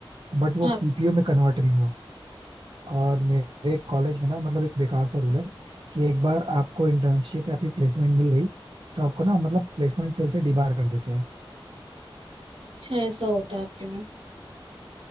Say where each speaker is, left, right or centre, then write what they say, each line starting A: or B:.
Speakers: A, on the right; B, on the right.
A: बट वो
B: हाँ
A: पीपीओ में कन्वर्ट नहीं हुआ और मेरे कॉलेज में ना मतलब एक बेकार सा रूल है कि एक बार आपको इंटर्नशिप या फिर प्लेसमेंट मिल गई तो आपको ना मतलब प्लेसमेंट सेल से डिबार कर देते हैं
B: अच्छा ऐसा होता है आपके में